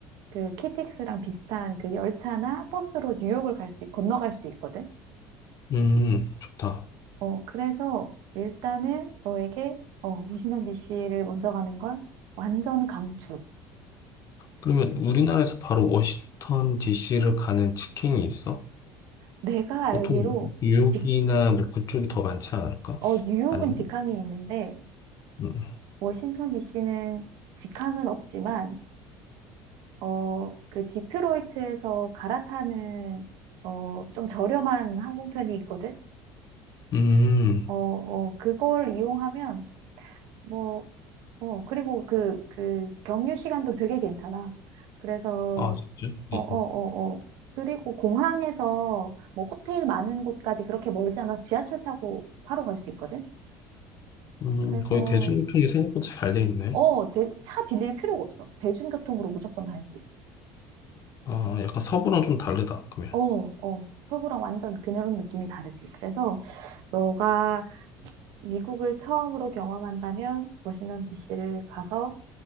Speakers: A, on the right (about 70°); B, on the left (about 50°).
A: 그 KTX랑 비슷한 그 열차나 버스로 뉴욕을 갈 수, 건너갈 수 있거든.
B: 음, 좋다.
A: 어, 그래서 일단은 너에게 어, 워싱턴 DC를 먼저 가는 걸 완전 강추.
B: 그러면 우리나라에서 바로 워싱턴 DC를 가는 직행이 있어?
A: 내가 알기로
B: 보통 뉴욕이나
A: 직-
B: 뭐 그쪽이 더 많지 않을까?
A: 어, 뉴욕은
B: 아닌가?
A: 직항이 있는데
B: 음.
A: 워싱턴 DC는 직항은 없지만 어, 그 디트로이트에서 갈아타는 어, 좀 저렴한 항공편이 있거든.
B: 음.
A: 어, 어, 그걸 이용하면 뭐, 어, 그리고 그, 그 경유 시간도 되게 괜찮아. 그래서
B: 아, 진짜?
A: 어,
B: 네.
A: 어, 어, 어. 그리고 공항에서 뭐 호텔 많은 곳까지 그렇게 멀지 않아 지하철 타고 바로 갈 수 있거든.
B: 음,
A: 그래서
B: 거의 대중교통이 생각보다 잘 돼 있네.
A: 어, 대- 차 빌릴 필요가 없어. 대중교통으로 무조건 다닐 수 있어.
B: 아, 약간 서부랑 좀 다르다, 그러면.
A: 어, 어. 서부랑 완전 그런 느낌이 다르지. 그래서 너가 미국을 처음으로 경험한다면 워싱턴 DC를 가서